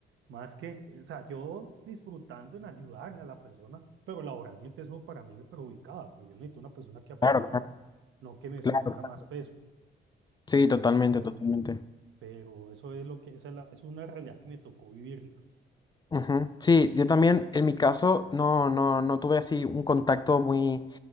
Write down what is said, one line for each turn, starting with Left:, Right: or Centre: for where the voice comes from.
Right: más que, o sea, yo disfrutando en ayudarle a la persona, pero laboralmente eso para mí me perjudicaba, porque yo necesito una persona que aportara,
Left: Claro,
Right: no que me
Left: claro,
Right: sumara
Left: claro.
Right: más peso.
Left: Sí, totalmente,
Right: Pero,
Left: totalmente.
Right: pero eso es lo que, esa es, la- es una realidad que me tocó vivirla.
Left: Ujú. Sí, yo también, en mi caso, no, no, no tuve así un contacto muy